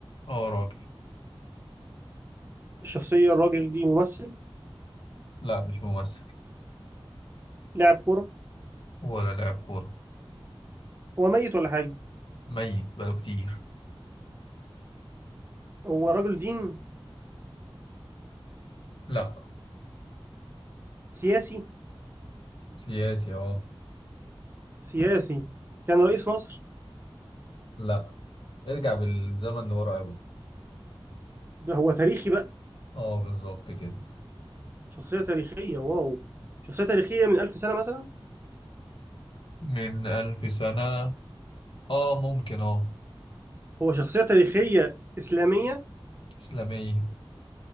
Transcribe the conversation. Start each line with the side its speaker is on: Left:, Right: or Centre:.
Left: اه راجل
Right: الشخصية الراجل دي ممثل
Left: لا مش ممثل
Right: لاعب كورة
Left: ولا لاعب كورة
Right: هو ميت ولا حي
Left: ميت بقاله كتير
Right: هو رجل دين
Left: لا
Right: سياسي
Left: سياسي اه
Right: سياسي كان رئيس مصر
Left: لا ارجع بالزمن لورا قوي
Right: ده هو تاريخي بقى
Left: اه بالظبط كده
Right: شخصية تاريخية واو شخصية تاريخية من ألف سنة مثلا
Left: من ألف سنة اه ممكن اه
Right: هو شخصية تاريخية إسلامية
Left: إسلامية